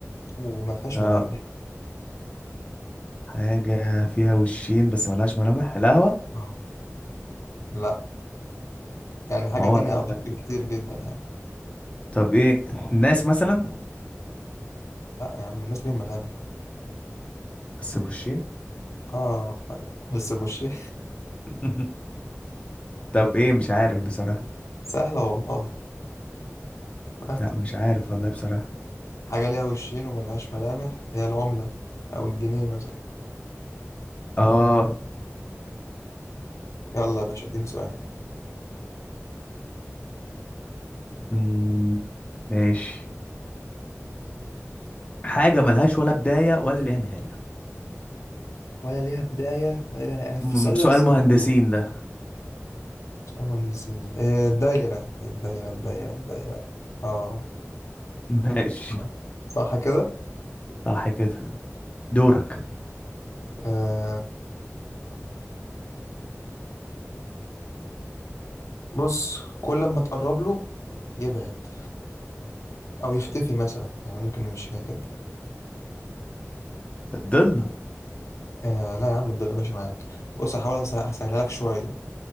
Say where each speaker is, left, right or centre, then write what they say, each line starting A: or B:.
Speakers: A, on the left; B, on the left.
A: وما فيهاش
B: اه
A: ملامح
B: حاجة فيها وشين بس ملهاش ملامح القهوة
A: آه. لا يعني حاجه
B: ما هو
A: تانية
B: القهوة
A: ادق بكتير جدا يعني
B: طب ايه الناس مثلا
A: لا يا عم الناس ليهم ملامح
B: بس بوشين
A: اه <laughs> بس بوشين
B: <laughs> طب ايه مش عارف بصراحة
A: سهله والله آه،
B: لا مش عارف والله بصراحة
A: حاجة ليها وشين وملهاش ملامح هي العملة أو الجنيه مثلا
B: اه
A: يلا يا باشا اديني سؤال
B: مم، ماشي حاجة ملهاش ولا بداية ولا ليها نهاية
A: ولا ليها بداية ولا ليها نهاية. أنا في
B: مم،
A: السؤال ده
B: سؤال
A: لسه
B: مهندسين
A: فاكره
B: ده
A: سؤال مهندسين آه، الدايرة الدايرة الدايرة الدايرة اه
B: ماشي
A: <laughs> صح كده
B: صح كده دورك
A: آه بص كل ما تقرب له يبعد أو يختفي مثلا يعني ممكن نمشيها كده
B: الظل
A: آه لا يا عم تضل ماشي معاك بص هحاول أسه- أسهلها لك شوية